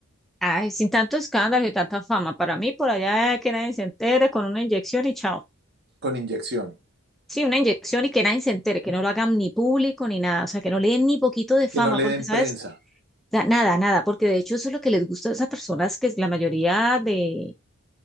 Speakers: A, in the centre; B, on the right.
A: Ay, sin tanto escándalo y tanta fama. Para mí, por allá que nadie se entere con una inyección y chao.
B: con inyección,
A: Sí, una inyección y que nadie se entere, que no lo hagan ni público ni nada, o sea, que no le den ni poquito de fama,
B: que no le
A: porque,
B: den
A: ¿sabes?
B: prensa.
A: Da- Nada, nada, porque de hecho eso es lo que les gusta a esas personas, que es la mayoría de,